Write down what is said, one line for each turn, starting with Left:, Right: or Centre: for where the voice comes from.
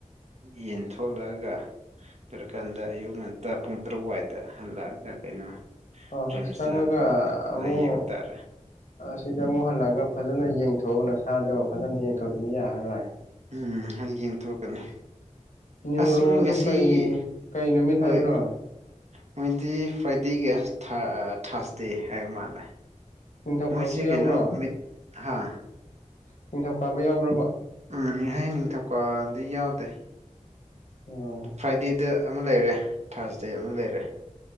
Right: ꯌꯦꯟ ꯊꯣꯛꯂꯛꯑꯒ ꯄꯔꯀꯥꯟꯗ ꯑꯗ ꯑꯌꯨꯛ ꯉꯟꯇꯥ ꯄꯨꯡ ꯇꯔꯨꯛ ꯋꯥꯏꯗ ꯍꯜꯂꯛꯑꯒ ꯀꯩꯅꯣ
Left: ꯍ ꯍꯣꯏ
Right: ꯔꯤꯝꯁꯇ
Left: ꯆ ꯀꯒ
Right: ꯑꯃꯨꯛ
Left: ꯑꯕꯨꯡꯉꯣ
Right: ꯌꯦꯡꯕ ꯇꯥꯔꯦ
Left: ꯁꯤꯗ ꯑꯃꯨꯛ ꯍꯜꯂꯛꯑꯒ ꯐꯖꯅ ꯌꯦꯡꯊꯣꯛꯎ ꯅꯁꯥꯥꯗꯣ ꯐꯖꯅ ꯌꯦꯡꯊꯣꯛꯇꯗꯤ ꯌꯥꯔꯔꯣꯏ
Right: ꯎꯝ ꯍꯌꯦꯡ ꯀꯅꯤ
Left: ꯅ꯭ꯌꯨꯔꯣꯗꯣ
Right: ꯑꯁ ꯃ ꯉꯁꯤꯒꯤ
Left: ꯀꯩ ꯀꯩ ꯅꯨꯃꯤꯠ
Right: ꯍꯣꯏ
Left: ꯍꯥꯏꯕꯅꯣ
Right: ꯃꯣꯏꯗꯤ ꯐ꯭ꯔꯥꯏꯗꯦꯒ ꯊꯥꯔꯁꯗꯦ ꯍꯥꯏꯕ ꯃꯥꯜꯂꯦ
Left: ꯅꯤꯡꯊꯧꯀꯥꯕꯁꯨ
Right: ꯃꯣꯏ ꯁꯤ
Left: ꯌꯥꯎꯕ꯭ꯔꯣ
Right: ꯀꯩꯅꯣ ꯃ ꯍꯥ
Left: ꯅꯤꯡꯊꯧꯀꯥꯕ ꯌꯥꯎꯈ꯭ꯔꯕ
Right: ꯎꯝ ꯍꯌꯦꯡ ꯅꯤꯡꯊꯧꯀꯥꯗꯤ ꯌꯥꯎꯗꯦ
Left: ꯎꯝ
Right: ꯐ꯭ꯔꯥꯏꯗꯦꯗ ꯑꯃ ꯂꯩꯔꯦ ꯊꯥꯔꯁ ꯗꯦ ꯑꯃ ꯂꯩꯔꯦ